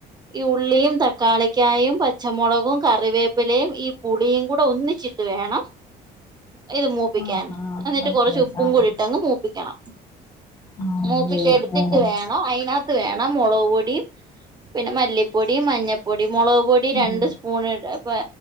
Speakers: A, on the right; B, on the left.
A: ഈ ഉള്ളിയും തക്കാളിക്കായും പച് ച്ചമുളകും കറിവേപ്പിലയും ഈ പുളിയും കൂടെ ഒന്നിച്ചിട്ട് വേണം ഇത് മൂപ്പിക്കാൻ
B: ആഹ് ആഹ്
A: എന്നിട്ട്
B: മനസ്സിലായി
A: കൊറച്ച് ഉപ്പും
B: ആഹ്
A: കൂടി ഇട്ടങ്ങ് മൂപ്പിക്കണം
B: ആണല്ലേ
A: മൂപ്പിച്ചെടുത്തിട്ട്
B: ആഹ്
A: വേണം അതിനതിനകത്ത് വേണം മുളക് പൊടിയും പിന്നെ മല്ലിപ്പൊടിയും മഞ്ഞപ്പൊടിയ മുളക് പൊടി
B: ഉം
A: രണ്ട് സ്പൂൺ ഇട ഇപ്പ